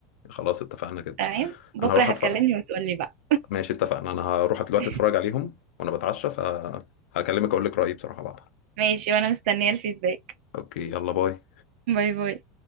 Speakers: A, on the left; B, on the right.
A: خلاص اتفقنا جدا
B: تمام بكره
A: انا هروح
B: هتكلمني
A: اتفرج
B: وتقولي بقى
A: ماشي اتفقنا انا هروح دلوقتي
B: <laughs>
A: اتفرج عليهم وانا بتعشى فهكلمك اقول لك رأيي بصراحة بعدها
B: ماشي وانا مستنيه الفيدباك
A: اوكي يلا باي
B: باي باي